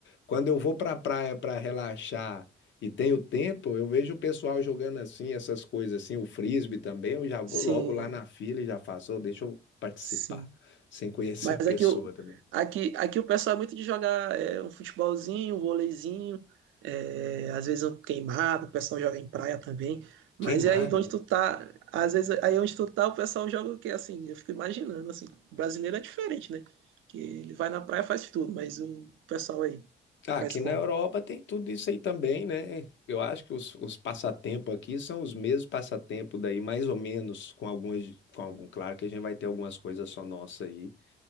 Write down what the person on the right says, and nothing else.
Sim,
sim.
Mas
aqui, o-
aqui, aqui o pessoal é muito de jogar é, um futebolzinho, um vôleizinho, é, às vezes um queimado, o pessoal joga em praia também. Mas
é aí de onde
tu tá, às vezes aí onde tu tá, o pessoal joga o quê? Assim, eu fico imaginando, assim, o brasileiro é diferente, né? Que ele vai na praia e faz tudo, mas o pessoal aí
faz
como?